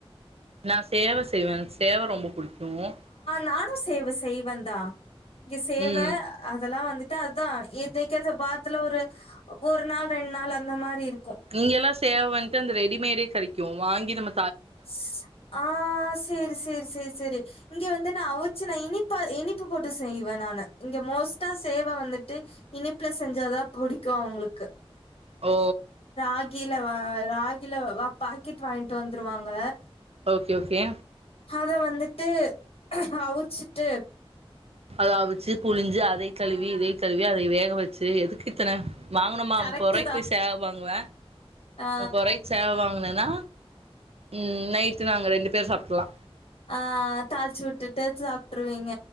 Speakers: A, on the right; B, on the left.
A: நான் சேவ செய்வே எனக்கு சேவ ரொம்ப புடிக்கூம்
B: நானும் சேவ செய்வந்தா இங்க சேவ
A: ம்
B: அதெல்லா வந்து தா தா எதக்கது வாரத்துல ஒரு ஒரு நாள் ரெண்டு நாள் அந்த மாரி இருக்
A: நீங்க எல்லா சேவ வாங்கிட்ட அந்த ரெடிமேடே கெடைக் கும் வாங்கி நம
B: ஸ்ஸ் ஆத் சேரி சேரி சேரி சேரி இங்க வந்து நான் அவுச்சு நான் இனிப்பா இனிப்பு போட்டு செய்வே நானு இங்க மோஸ்ட்டா சேவ வந்துட்டு இனிப்புல செஞ்சாதா புடிக்கு அவுங்குளுக்கு
A: ஓ
B: ராகில வா ராகில வ பாக்கெட் வாங்கிட்டு வந்துருவாங்க
A: ஓகே ஓகே
B: அத வந்துட்டு அவிச்சுட்டு
A: அத அவிச்சு புழிஞ்சு அதை கழுவி இதை கழுவ் யே அதை வேக வச் சு எதுக்கு இத்தன வாங்கனமா
B: கரெக்ட்டு
A: முப்பொரூபாய்க்கு
B: தா
A: போய் சேவ வாங்குவே
B: ஆ
A: முப்பொருவாய்க்கி சேவ வாங்கினனா ம்ம் நைட் ட் நாங்க ரெண்டு பேர் சாப்ட்லா
B: ஆ தாழ்ச்சிவுட்டுட்டு சாப்ட்ருவீங்க